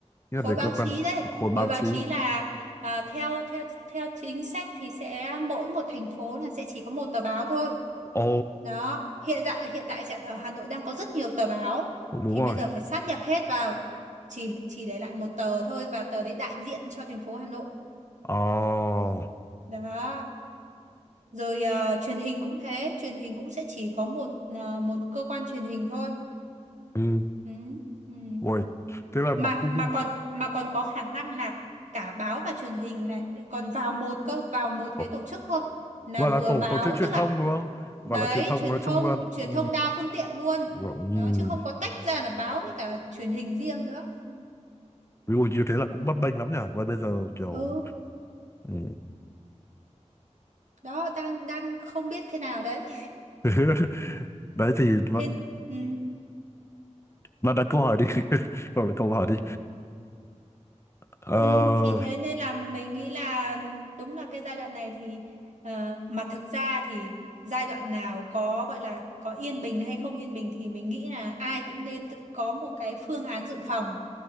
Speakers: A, on the left; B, on the right.
A: như
B: khối
A: là về
B: báo
A: cơ quan
B: chí đây
A: thì khối báo
B: khối báo
A: chí.
B: chí là à, theo theo theo chính sách thì sẽ mỗi một thành phố là sẽ chỉ có một tờ báo thôi
A: Ồ,
B: Đó, hiện tại hiện tại chẳng- ở Hà Nội đang có rất nhiều tờ báo
A: đúng
B: thì
A: rồi.
B: bây giờ phải sát nhập hết vào chỉ chỉ để lại một tờ thôi và tờ đấy đại diện cho thành phố Hà Nội.
A: Ồ,
B: Đó. Rồi ờ, truyền hình cũng thế, truyền hình cũng sẽ chỉ có một ờ, một cơ quan truyền hình thôi.
A: ừ,
B: Ừ. Ừ.
A: rồi. Thế là nó
B: Mà
A: cũng
B: mà còn mà còn có khả năng là cả báo và truyền hình lại lại còn vào một cơ, vào một
A: ồ,
B: cái tổ chức thôi. Là
A: gọi
B: vừa
A: là tổ
B: báo
A: tổ chức truyền
B: tức là
A: thông đúng không? Và
B: đấy
A: là truyền thông
B: truyền
A: nói
B: thông
A: chung luôn.
B: truyền
A: Ừ,
B: thông đa phương tiện luôn
A: ừ.
B: đó chứ không có tách ra là báo với cả truyền hình riêng nữa
A: Ví dụ như thế là cũng bấp bênh lắm nhỉ. Và bây giờ kiểu
B: ừ
A: ừ.
B: đó đang đang không biết thế nào đấy
A: <laughs> đấy thì nó
B: thế ừ,
A: nó đặt câu hỏi đi <laughs> rồi đặt câu hỏi đi Ờ,
B: ừ, thì thế nên là mình nghĩ là đúng là cái giai đoạn này thì ờ, mà thực ra thì giai đoạn nào có gọi là có yên bình hay không yên bình thì mình nghĩ là ai cũng nên tự có một cái phương án dự phòng